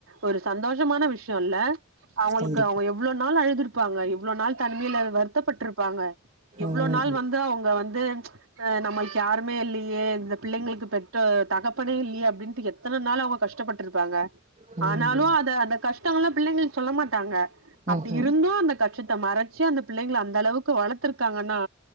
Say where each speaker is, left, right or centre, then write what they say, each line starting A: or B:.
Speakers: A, on the right (about 80°); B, on the right (about 35°).
A: ஒரு சந்தோஷமான விஷயோல அவுங்ளுக்கு
B: கண்டிப்பா
A: அவுங்க எவ்ளோ நாள் அழுது இருப்பாங்க இவ்ளோ நாள் தனிமைல வருத்தப்பட்ருப்பாங்க எவ்ளோ
B: ம்
A: நாள் வந்து அவுங்க வந்து அஹ் நம்ம ஒன்னுமே இல்லியே இந்த பிள்ளைங்களுக்கு பெத்த தகப்பனே இல்லியே அப்டின்னு எத்தன நாளா அவுங்க கஷ்டபட்ருப்பாங்க
B: ம்
A: ஆனாலு அத அந்த கஷ்டலெல்லா பிள்ளைங்க சொல்ல மாட்டாங்க
B: ம்ஹ்ம்
A: அப்டி இருந்து அந்த கஷ்டத்த மறச்சி அந்த பிள்ளைங்கள அந்த அளவுக்கு வளத்திருக்காங்கன்னா